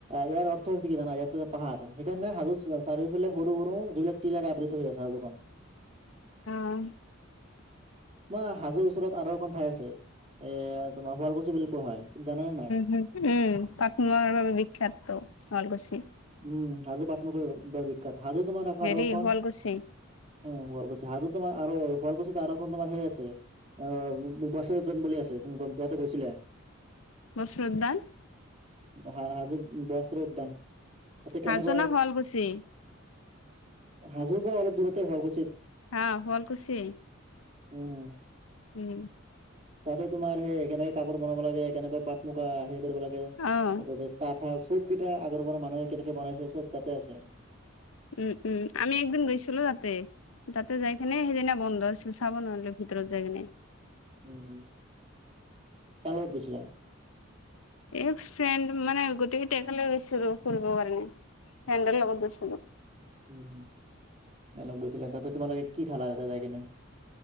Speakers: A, on the right (about 30°); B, on the left (about 80°).
A: ইয়াৰ অৰ্থ হৈছে কি জানা ইয়াৰ টো পাহাৰ সেইকাৰণে হাজো চাৰিওফালে সৰু, সৰু যিবিলাক টিলাৰ আবৃত হৈ আছে হাজুখন।
B: অ',
A: তোমাৰ হাজোৰ ওচৰত আৰু এখন ঠাই আছে এ তোমাৰ শুৱালকুছি বুলি কোৱা হয় তুমি জানা নে না
B: সেইপিনে পাট, মুৱাৰ বাবে বিখ্যাত টো শুৱালকুছি।
A: উম, হাজো পাত-মূগাৰ বাবে বিখ্যাত হাজো তোমাৰ <unintelligible>
B: হেৰি
A: আৰু এখন
B: শুৱালকুছি
A: উম, শুৱালকুচি হাজো তোমাৰ আৰু শুৱালকুচিত আৰু এখন তোমাৰ সেই আছে অ' <unintelligible> বুলি আছে তুমি গম পোৱাতে গৈছিলা?
B: বস্ত্ৰ উদ্যান?
A: অ' হা-হাজোত বস্ৰ উদ্যান। তাতে কেনেকৈ
B: হাজো না শুৱালকুছি
A: হাজোৰ পৰা অলপ দূৰতে শুৱালকুছিত।
B: আ, শুৱালকুছিয়েই
A: উম
B: উম।
A: তাতে তোমাৰ সেই কেনেকে কাপোৰ বনাব লাগে কেনেকৈ পাট-মুগা সেই কৰিব লাগে এতে
B: অ
A: তাত তাঁতশাল চবকেইটা আগৰ পৰা মানুহে কেনেকে বনাইছে চব তাতে আছে।
B: উম, উম আমি একদিন গৈছিলোঁ তাতে, তাতে যাইকেনে সেইদিনা বন্ধ আছিল চাব নোৱাৰিলোঁ ভিতৰত যায় কিনে।
A: উম, কাৰ লগত গৈছিলা?
B: এ ফ্ৰেণ্ড মানে গোটেইকেইটা একেলগে গৈছিলোঁ ফুৰব কাৰণে ফ্ৰেণ্ডৰ লগত গৈছিলোঁ।
A: উম, <unintelligible> গৈছিলা তাতে তোমালোকে কি খালা তাতে যাই কিনে?